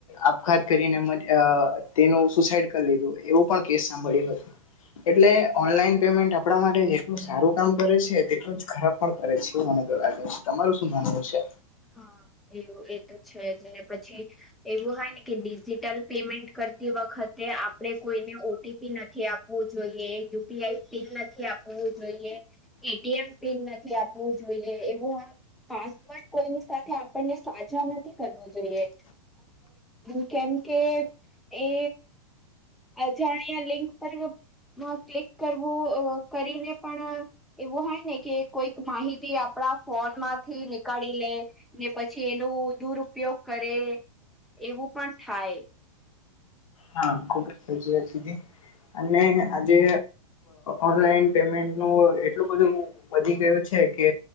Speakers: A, on the left; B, in the centre.
A: આપઘાત કરીને તેનું સુસાઈડ કરી લીધું એવું પણ કેસ સાંભળ્યું હતોું એટલે ઓનલાઈન પેમેન્ટ આપણા માટે જેટલું સારું કામ કરે છે તેટલું જ ખરાબ પણ કરે છે મ લાગે છે તમારું શું માનવું છે
B: હા એવું એ તો છે જ ને પછી એવું હોય ને કે ડિજિટલ પેમેન્ટ કરતી વખતે આપણે કોઈ ઓટીપી નથી આપવું જોઈએ યુપીઆઈ પિન નથી આપવું જોઈએ એટીએમ પિન નથી આપવું જોઈએ એવું પાસવર્ડ કોઈની સાથે આપણને સાજા નથી કરવો જોઈએ અ કેમ કે એ અજાણ્યા લિંક પર ક્લિક કરવું કરીને પણ એવું હોય ને કે કોઈક માહિતી આપણા ફોન માંથી નીકાળી લે ને પછી એનું દુરપયોગ કરે એવું પણ થાય
A: હા ખુબ જ સચી વાતીધી અને આજે ઓનલાઈન પેમેન્ટ ન એટલું બધું વધી ગયું છે કે